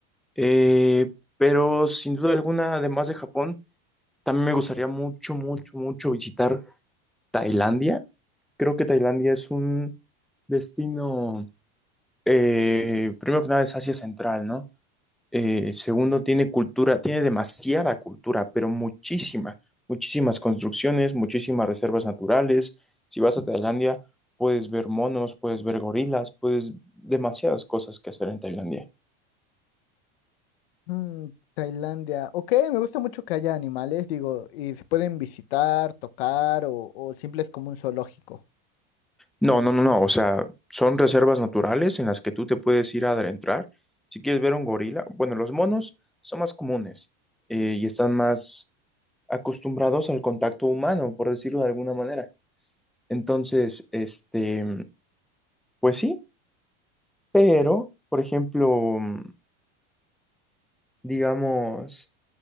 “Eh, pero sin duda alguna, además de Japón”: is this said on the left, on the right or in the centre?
Centre